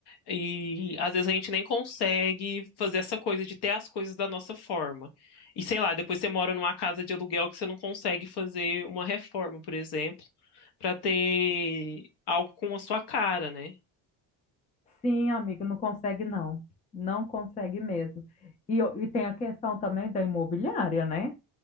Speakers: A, on the left; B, on the left.
A: e às vezes a gente nem consegue fazer essa coisa de ter as coisas da nossa forma. E sei lá, depois você mora numa casa de aluguel que você não consegue fazer uma reforma, por exemplo, pra ter algo com a sua cara, né?
B: Sim, amigo, não consegue não. Não consegue mesmo. E, o- e tem a questão também da imobiliária, né?